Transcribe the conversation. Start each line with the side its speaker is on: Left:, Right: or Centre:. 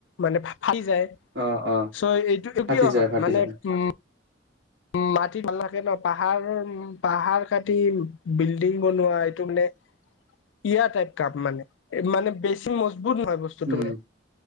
Left: মানে ফা ফাটি যায়।
Right: অ', অ',
Left: চ' এইটো নো
Right: ফাটি
Left: কিয়
Right: যায়,
Left: হয়
Right: ফাটি
Left: মানে
Right: যায়।
Left: উম উম মাটি ভাল থাকে ন পাহাৰৰ উম পাহাৰ কাটি বিল্ডিং বনোৱা এইটো মানে ইয়া টাইপ কাপ মানে, এই মানে বেছি মজবুত হয় বস্তুটো
Right: উম,
Left: মানে।